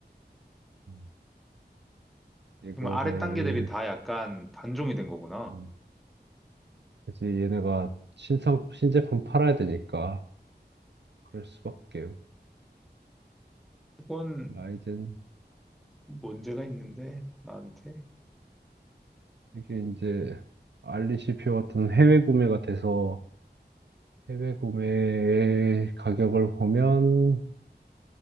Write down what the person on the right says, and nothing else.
음. 이거를,
음, 그 얘네가 신상, 신제품 팔아야 되니까, 그럴 수밖에.
라이젠,
이게 이제, 알리 CPU 같은 해외 구매가 돼서, 해외 구매 가격을 보면,